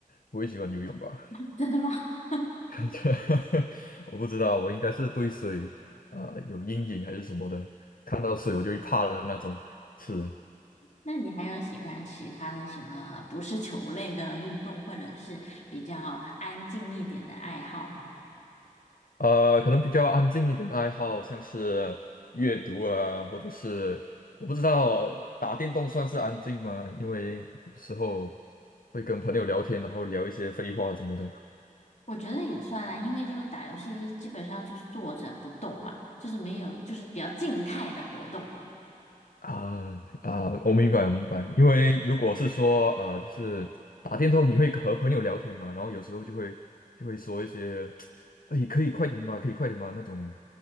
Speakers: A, on the left; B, on the left.
A: 不会喜欢游泳吧。
B: <laughs> 真的吗？<laughs>
A: <laughs> 这我不知道，我应该是对水呃有阴影还是什么的，看到水我就会怕的那种。是，
B: 那你还有喜欢其他的什么不是球类的运动，或者是比较安静一点的爱好吗？
A: 呃，可能比较安静一点的爱好，像是阅读啊，或者是我不知道打电动算是安静吗？因为有时候会跟朋友聊天，然后聊一些废话什么的。
B: 我觉得也算啊，因为就打游戏基本上就是坐着不动嘛，就是没有，就是比较静态的活动。
A: 啊啊，我明白，我明白。因为如果是说啊，就是打电动，你会和朋友聊天嘛，然后有时候就会就会说一些，哎，可以快点嘛，可以快点嘛那种，